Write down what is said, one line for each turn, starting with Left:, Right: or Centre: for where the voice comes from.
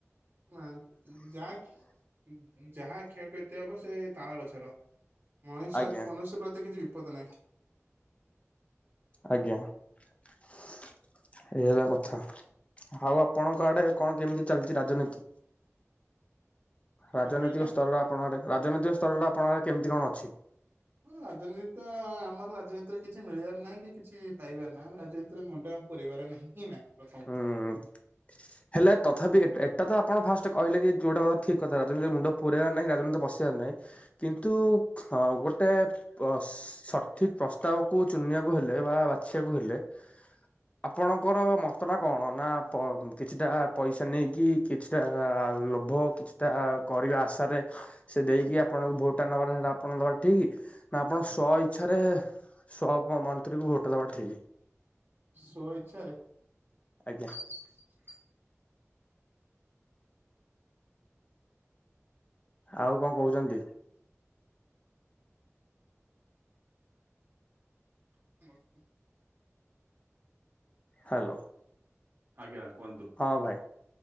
Right: ହ ଯାହା କ୍ଷ ଯାହା କ୍ଷୟକ୍ଷତି ହବ ସେ ତାଳ ଗଛର ମଣିଷ
Left: ଆଜ୍ଞା
Right: ମନୁଷ୍ୟ ପ୍ରତି କିଛି ବିପଦ ନାହିଁ
Left: ଆଜ୍ଞା ଏଇ ହେଲା କଥା ଆଉ ଆପଣଙ୍କ ଆଡେ କଣ କେମିତି ଚାଲିଛି ରାଜନୀତି? ରାଜନୈତିକ
Right: କଣ କହିଲେ
Left: ସ୍ତରରେ ଆପଣଙ୍କ ରାଜନୈତିକ ସ୍ତରରେ ଆପଣଙ୍କ କେମିତି କଣ ଅଛି?
Right: ହଁ ରାଜନୀତି ତ ଆମର ରାଜନୀତିରେ କିଛି ମିଳିବାର ନାହିଁ କି କିଛି ପାଇବାର ନାହିଁ ଆମ ରାଜନୀତିରେ ମୁଣ୍ଡ - ପୁରେଇବାର ନାହିଁ ହିଁ ନାହିଁ ପ୍ରଥମ
Left: ହୁଁ <inaudible> ହେଲେ ତଥାପି ଏଟା ତ ଆପଣ ଫାଷ୍ଟ କହିଲେ କି ଯେଉଁଟା ଠିକ୍ କଥା ରାଜନୀତିକ ମୁଣ୍ଡ ପୁରାଇାର ନାହିଁ ରାଜନୀତି ପସିବାର ନାହିଁ କିନ୍ତୁ ଗୋଟାଏ ଅ ସଠିକ ପ୍ରସ୍ତାବକୁ ଚୁନିବାକୁ ହେଲେ ବା ବାଛିବାକୁ ହେଲେ ଆପଣଙ୍କର ମ ନା କଣ ନା କିଛିଟା ପଇସା ନେଇକି କିଛିଟା ଲୋଭ କିଛିଟା କରିବା ଆଶାରେ ସେ ଦେଇକି ଆପଣଙ୍କୁ ଭୋଟଟା ନେବାର ସେଇଟା ଆପଣ ଦେବାର ଠିକ୍ ନା ଆପଣ ସ୍ୱ ଇଚ୍ଛାରେ ସପ ମନ୍ତ୍ରୀଙ୍କୁ ଭୋଟ ଦେବା ଠିକ
Right: ସ୍ୱ ଇଚ୍ଛାରେ
Left: ଆଜ୍ଞା
Right: <unintelligible>
Left: ଆଉ କଣ କହୁଛନ୍ତି?
Right: <unintelligible>
Left: ହ୍ୟାଲୋ
Right: ଆଜ୍ଞା କୁହନ୍ତୁ
Left: ହଁ ଭାଇ